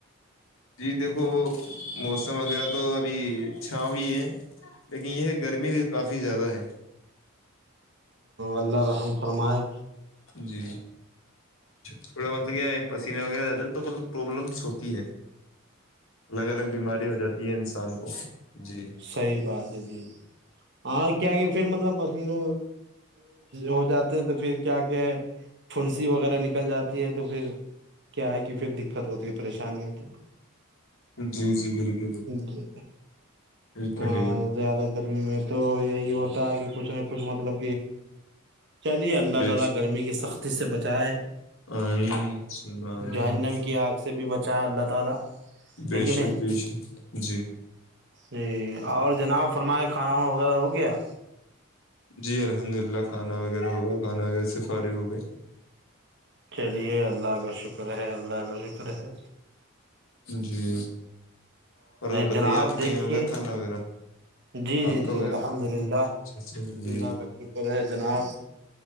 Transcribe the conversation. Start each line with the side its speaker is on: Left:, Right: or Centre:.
Left: جی دیک موسم وغیرہ تو اھی چھا بھی ہے لیکن یہ گرمی بھی کافی زیادہ ہے
Right: اللہ رحم فرمائے
Left: جی تھوڑا مطلب کیا پسنےہ وغیرہ زیاد نہیں تو مطلب پرابلمس ہوتی ہے الگ الگ بیماری ہو جاتی ہے انسان کو جی
Right: صحی بات ہے جی ج ہاں کیا کہ پھر مطلب پسینہ ہو جاتے ہیں تو پھر کیا کہ پھنسی وغیرہ نکل جاتی ہے تو پھر کیا آئے کی پھر دقت ہوتی ہے پریشانی ہوتی ہے
Left: جی جی بالکل بالکل
Right: جی
Left: یہ تو
Right: ا
Left: ہے
Right: زیادہ گرمی میں تو یہی ہوتا ہے کہ کچھ نہ کچھ مطلب چلیے اللہ
Left: بیش
Right: تعالی گرمی کی سختی سے بچائے
Left: امین سامین
Right: جواہنم کی آگ سے بھی بچایا اللہ تعالی
Left: بے
Right: ہے کہ
Left: شک
Right: نہیں
Left: بے شک جی
Right: جی اور جناب فرما کھانا وانا وغیرہ ہو گیا
Left: جی الحمد للہ کھانا وغیرہ ہوگا کھانا وغیرہ سے فارغ ہو گئے
Right: چلیے اللہ کا شکر ہے اللہ کا شکر ہے
Left: جی اور آپ بتائیے
Right: جناب
Left: آپ
Right: دیکھیے
Left: کہ یہ ہوگا کھانا وغیرہ
Right: جی
Left: آپ
Right: جی
Left: کا
Right: جی
Left: ہو گ
Right: الحمد
Left: کھانا
Right: للہ
Left: اچ اچھا جی
Right: اللہ کا شکر ہے جناب